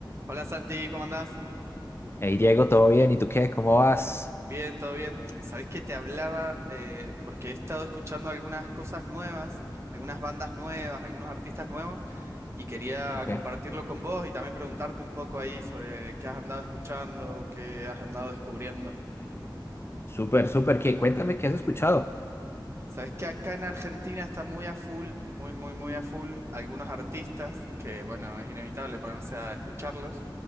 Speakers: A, on the right; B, on the left.
A: Hola Santi, ¿cómo andás?
B: Hey Diego, ¿todo bien? ¿Y tú qué? ¿Cómo vas?
A: Bien, todo bien. Sabés que te hablaba eh, porque he estado escuchando algunas cosas nuevas, algunas bandas nuevas, algunos artistas nuevos y quería
B: Ok,
A: compartirlo con vos y también preguntarte un poco ahí sobre qué has andado escuchando, qué has andado descubriendo.
B: súper, súper. ¿Qué? Cuéntame, ¿qué has escuchado?
A: Sabés que acá en Argentina está muy a full, muy, muy, muy a full algunos artistas que, bueno, es inevitable ponerse a escucharlos.